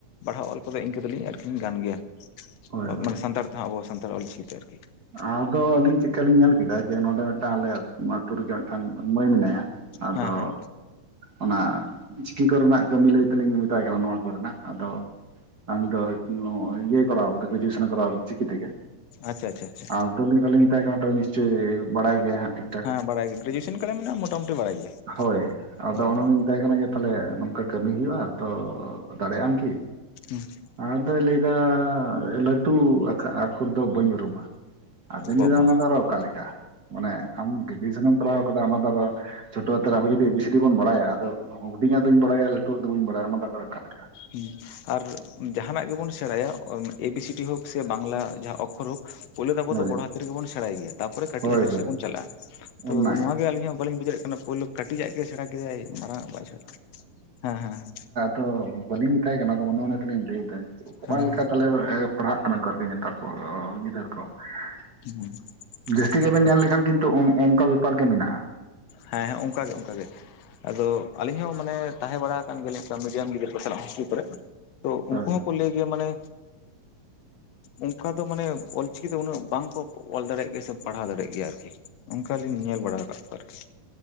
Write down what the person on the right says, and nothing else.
ᱦᱳᱭ
ᱦᱳᱭ
ᱟᱫᱚ ᱟᱹᱞᱤᱧ ᱪᱮᱫᱠᱟᱞᱤᱧ ᱧᱮᱞ ᱠᱮᱫᱟ ᱡᱮ, ᱱᱚᱸᱰᱮ ᱢᱤᱫᱴᱟᱝ ᱟᱞᱮ ᱟ ᱟᱹᱛᱩ ᱨᱮ ᱜᱮ ᱢᱤᱫᱴᱟᱝ ᱢᱟᱹᱭ ᱢᱮᱱᱟᱭᱟ, ᱟᱫᱚ
ᱚᱱᱟ ᱪᱤᱠᱤ ᱠᱚ ᱨᱮᱱᱟᱜ ᱠᱟᱹᱢᱤ ᱞᱟᱹᱭ ᱛᱮᱞᱤᱧ ᱢᱮᱛᱟᱭ ᱠᱟᱱᱟ ᱱᱚᱣᱟ ᱠᱚᱨᱮᱱᱟᱜ, ᱟᱫᱚ ᱩᱱᱤ ᱫᱚ ᱱᱚ ᱤᱭᱟᱹ ᱠᱚᱨᱟᱣ ᱟᱠᱟᱫᱟ, ᱜᱨᱡᱩᱭᱮᱥᱚᱱ ᱠᱚᱨᱟᱣ ᱠᱟᱫᱟ ᱪᱤᱠᱤ ᱛᱮ ᱜᱮ᱾
ᱟᱫᱚ ᱞᱤᱧ ᱛᱚ ᱞᱤᱧ ᱢᱮᱛᱟᱭ ᱠᱟᱱᱟ, ᱛᱟ ᱱᱤᱥᱪᱚᱭ ᱵᱟᱲᱟᱭ ᱜᱮᱭᱟᱭ ᱦᱟᱸᱜ ᱾ ᱴᱷᱤᱠ ᱴᱷᱟᱠ,
ᱦᱳᱭ, ᱟᱫᱚ
ᱚᱱᱟ
ᱢᱮᱛᱟᱭ ᱠᱟᱱᱟ ᱡᱮ, ᱛᱟᱦᱚᱞᱮ ᱱᱚᱝᱠᱟ ᱠᱟᱹᱢᱤ ᱦᱩᱭᱩᱜᱼᱟ, ᱛᱚ ᱫᱟᱲᱮᱭᱟᱜ ᱟᱢ ᱠᱤ?
ᱟᱫᱚᱭ ᱞᱟᱹᱭ ᱮᱫᱟ, ᱞᱟᱹᱴᱩ ᱟᱠᱷᱟ ᱚᱠᱷᱚᱨ ᱫᱚ ᱵᱟᱹᱧ ᱩᱨᱩᱢᱟ ᱾ ᱟᱫᱚᱧ
ᱞᱟᱹᱭᱫᱟ ᱚᱱᱟ ᱫᱚ ᱟᱨ ᱚᱠᱟ ᱞᱮᱠᱟ, ᱢᱟᱱᱮ ᱟᱢ ᱜᱨᱮᱡᱩᱭᱮᱥᱚᱱ ᱮᱢ ᱠᱚᱨᱟᱣ ᱟᱠᱟᱫᱟ, ᱚᱱᱟ ᱟᱨᱚ ᱪᱷᱚᱴᱚ ᱦᱟᱛᱮᱨ ᱟᱵᱚ ᱡᱩᱫᱤ ᱮᱵᱤᱥᱤᱰᱤ ᱵᱚᱱ ᱵᱟᱲᱟᱭᱟ, ᱟᱫᱚ ᱦᱩᱰᱤᱧᱟᱜ ᱫᱩᱧ ᱵᱟᱲᱟᱭᱟ, ᱞᱟᱹᱩᱣᱟᱜ ᱫᱚ ᱵᱟᱹ ᱵᱟᱲᱟᱭᱟ ᱾ ᱚᱱᱟ ᱟᱨᱚ ᱚᱠᱟ ᱞᱮᱠᱟ?
ᱦᱳᱭ
ᱦᱳᱭ
ᱦᱳᱭ
ᱚᱱᱟᱜᱮ
ᱛᱚ, ᱵᱟᱹᱞᱤᱧ ᱢᱮᱛᱟᱭ ᱠᱟᱱᱟ, ᱟᱫᱚ ᱢᱚᱱᱮ ᱢᱚᱱᱮ ᱛᱮᱞᱤᱧ ᱞᱟᱹᱭᱮᱫᱟ, ᱚᱠᱟ
ᱞᱮᱠᱟ
ᱛᱟᱦᱚᱞᱮ ᱚ ᱯᱟᱲᱦᱟᱜ ᱠᱟᱱᱟ ᱠᱚ, ᱟᱨᱠᱤ ᱱᱮᱛᱟᱨ ᱠᱚ ᱜᱤᱫᱟᱹᱨ ᱠᱚ ᱾
ᱡᱟᱹᱥᱛᱤ ᱜᱮᱵᱮᱱ
ᱧᱮᱞ ᱞᱮᱠᱷᱟᱱ ᱠᱤᱱᱛᱩ ᱛᱚ ᱚᱱ ᱚᱱᱠᱟ ᱵᱮᱯᱟᱨ ᱜᱮ ᱢᱮᱱᱟᱜᱼᱟ ᱾
ᱦᱳᱭ